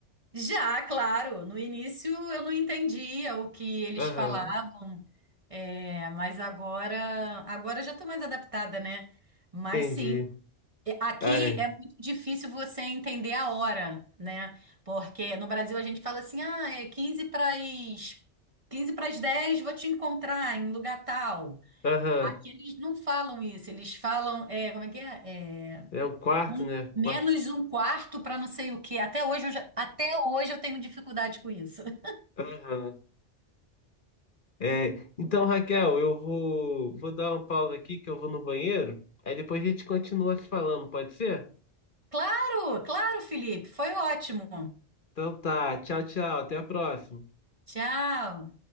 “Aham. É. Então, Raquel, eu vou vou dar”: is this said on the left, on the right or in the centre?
Left